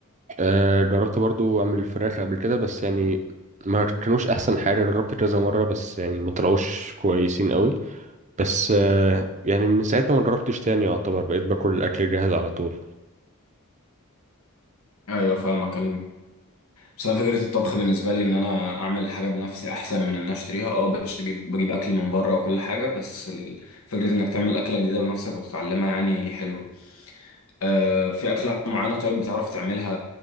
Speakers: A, on the right (about 35°); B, on the left (about 80°).
A: آه، جربت برضو اعمل فراخ قبل كده بس يعني ما كانوش احسن حاجه جربت كذا مره بس يعني ما طلعوش كويسين قوي بس آه، يعني من ساعتها ما جربتش تاني يعتبر بقيت باكل الاكل الجاهز على طول
B: ايوه فاهمك بس انا فكره الطبخ بالنسبه لي ان انا اعمل حاجه بنفسي احسن من ان أنا اشتريها اه بجيب بجيب اكل من بره وكل حاجه بس ال- فكره انك تعمل اكله جديده بنفسك وتتعلمها يعني حلو آه في اكله معينه طيب بتعرف تعملها